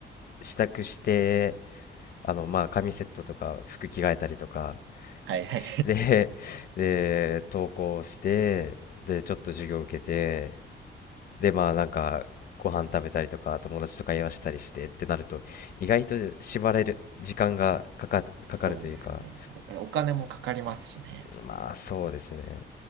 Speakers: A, on the left; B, on the right.
A: 支度して、あの、まあ紙セットとか服着替えたりとか
B: はいはい。
A: して <laughs>、で、登校して、で、ちょっと授業受けて、でまあなんかご飯食べたりとか友達と会話したりしてってなると意外と縛られる時間がかか、
B: そうですね。
A: かかるというか
B: やっぱりお金もかかりますしね。
A: まあそうですね、